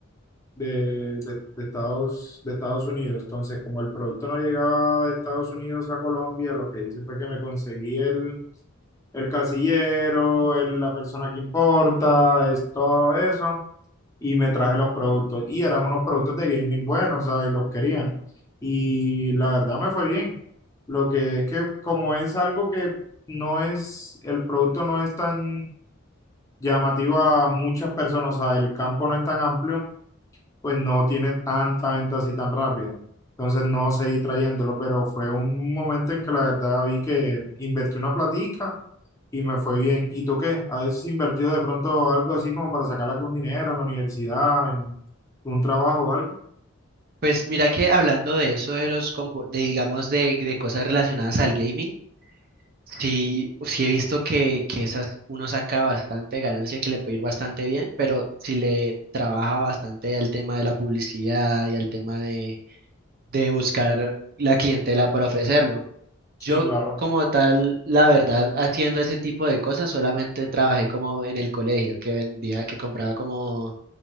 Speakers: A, on the left (about 15°); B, on the right (about 45°).
A: de, de- de Estados, de Estados Unidos. Entonces, como el producto no llegaba de Estados Unidos a Colombia, lo que hice fue que me conseguí el, el casillero, el- la persona que importa, es, todo eso, y me traje los productos. Y eran unos productos de gaming buenos, o sea, y los querían. Y la verdad me fue bien. Lo que es que como es algo que no es, el producto no es tan llamativo a muchas personas, o sea, el campo no es tan amplio, pues no tiene tanta venta así tan rápida. Entonces no seguí trayéndolo, pero fue un momento en que la verdad vi que invertí una platica y me fue bien. ¿Y tú qué? ¿Has invertido de pronto algo así como para sacar algún dinero en la universidad, en un trabajo o algo?
B: Pues mira que hablando de eso, de los compo- de digamos de, de cosas relacionadas al gaming, sí, sí he visto que, que esas uno saca bastante ganancia, que le puede ir bastante bien, pero si le trabaja bastante al tema de la publicidad y al tema de de buscar la clientela para ofrecerlo.
A: Sí,
B: Yo
A: claro,
B: como tal, la verdad, haciendo ese tipo de cosas, solamente trabajé como en el colegio, que vendía, que compraba como